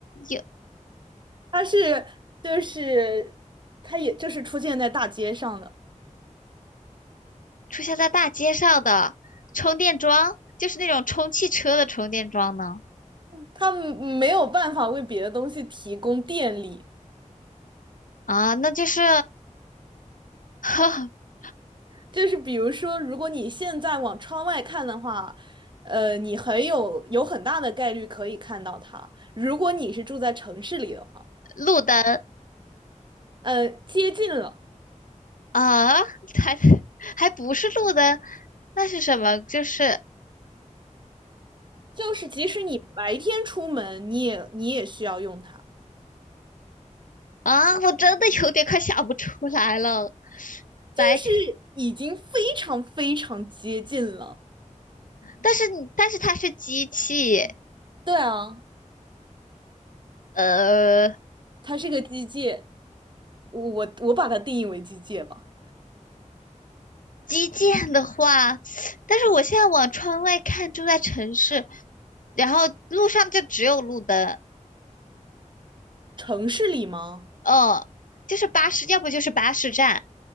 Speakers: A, on the left; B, on the right.
A: 有
B: 它是就是它也就是出现在大街上的，
A: 出现在大街上的充电桩，就是那种充汽车的充电桩呢？
B: 它没有办法为别的东西提供电力。
A: 啊，那就是 <laughs>
B: 就是比如说，如果你现在往窗外看的话，呃，你很有有很大的概率可以看到它。如果你是住在城市里的话，
A: 路灯
B: 呃，接近了，
A: 啊，还还不是路灯，那是什么？就是
B: 就是即使你白天出门，你也你也需要用它，
A: 啊，我真的有点快想不出来了。白天。
B: 就是已经非常非常接近了。
A: 但是但是它是机器，
B: 对啊，
A: 呃，
B: 它是个机械，我我我把它定义为机械吧。
A: 基建的话，但是我现在往窗外看，住在城市，然后路上就只有路灯，
B: 城市里吗？
A: 嗯，就是巴士，要不就是巴士站、